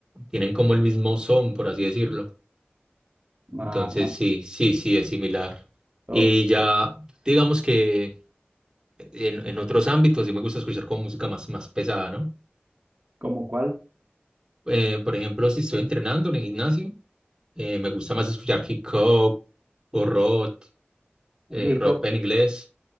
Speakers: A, on the right; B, on the right.
A: Tienen como el mismo son, por así decirlo.
B: Ah,
A: Entonces, sí, sí, sí, es similar.
B: Ok,
A: Y ya,
B: ok.
A: digamos que en, en otros ámbitos sí me gusta escuchar como música más, más pesada, ¿no?
B: ¿Como cuál?
A: Eh, por ejemplo, si estoy entrenando en el gimnasio, Eh, me gusta más escuchar hip hop o rock, eh,
B: Hip
A: rock
B: hop,
A: en inglés.